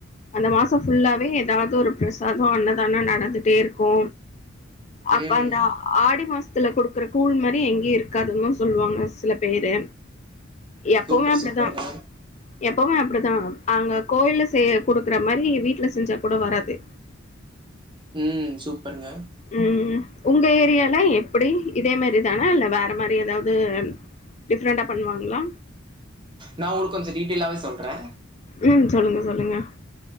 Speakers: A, on the left; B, on the right.
A: அந்த மாசொ ஃபுல்லாவே ஏதாவ்து ஒரு பிரசாதொ அன்னதானொ நடந்துட்டேர்க்கூ அப்ப
B: ம்.
A: அந்த ஆடி மாஸ்த்துல குடுக்குற கூழ்மாரி எங்கியு இருக்காதுன்னு சொல்வாங்க சில பேரு எப்பவுமே
B: சூப்பர்,
A: அப்டிதா
B: சூப்பருங்க.
A: எப்பவுமே அப்டிதா அங்க கோயில்ல செய்ய குடுக்குற மாரி வீட்ல செஞ்சா கூட வராது
B: ம் சூப்பருங்க
A: ம் உங்க ஏரியால்ல எப்புடி இதே மாரிதானா இல்ல வேற மாரி எதாவ்து டிஃப்ரண்டா பண்வாங்ளா
B: நா ஒருக்கொஞ்சொ டீட்டெய்லாவே சொல்றே
A: ம் சொல்லுங்க சொல்லுங்க